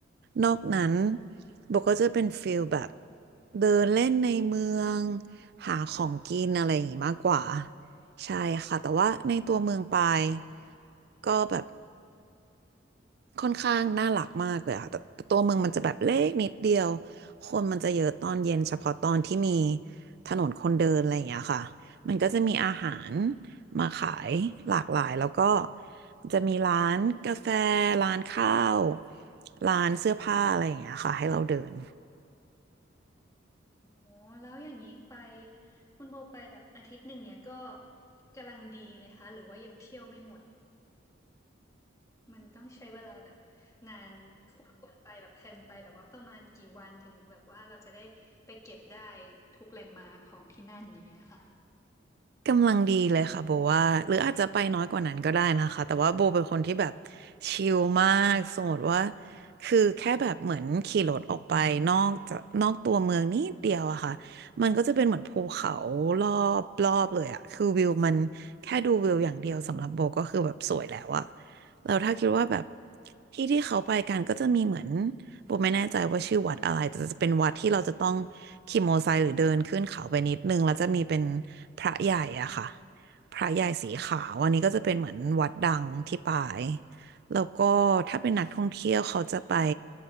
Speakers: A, on the right; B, on the left.
A: นอกนั้นโบก็จะเป็นฟิลแบบเดินเล่นในเมืองหาของกินอะไรอย่างงี้มากกว่าใช่ค่ะแต่ว่าในตัวเมืองปายก็แบบ ค่อนข้างน่ารักมากเลยค่ะแต่แต่ตัวเมืองมันจะแบบเล็กนิดเดียวคนมันจะเยอะตอนเย็นเฉพาะตอนที่มีถนนคนเดินอะไรอย่างเงี้ยค่ะมันก็จะมีอาหารมาขายหลากหลายแล้วก็จะมีร้านกาแฟร้านข้าวร้านเสื้อผ้าอะไรอย่างเงี้ยค่ะให้เราเดิน
B: อ๋อแล้วอย่างนี้ไปคุณโบไปแบบอาทิตย์หนึ่งเนี่ยก็กำลังดีไหมคะหรือว่ายังเที่ยวไม่หมด มันต้องใช้เวลาแบบนานควรควรไปแบบแพลนไปแบบว่าประมาณกี่วันถึงแบบว่าเราจะได้ไปเก็บได้ทุกแลนด์มาร์คของที่นั่นอย่างเงี้ยค่ะ
A: กำลังดีเลยค่ะโบว่าหรืออาจจะไปน้อยกว่านั้นก็ได้นะคะแต่ว่าโบเป็นคนที่แบบชิลมากสมมติว่าคือแค่แบบเหมือนขี่รถออกไปนอกจากนอกตัวเมืองนิดเดียวอะค่ะมันก็จะเป็นเหมือนภูเขารอบรอบเลยอะคือวิวมันแค่ดูวิวอย่างเดียวสำหรับโบก็คือแบบสวยแล้วอะแล้วถ้าคิดว่าแบบ
B: อืม
A: ที่ที่เขาไปกันก็จะมีเหมือน โบไม่แน่ใจว่าชื่อวัดอะไรแต่จะเป็นวัดที่เราจะต้องขี่มอเตอร์ไซค์หรือเดินขึ้นเขาไปนิดนึงแล้วจะมีเป็นพระใหญ่อะค่ะพระใหญ่สีขาวอันนี้ก็จะเป็นเหมือนวัดดังที่ปายแล้วก็ถ้าเป็นนักท่องเที่ยวเขาจะไป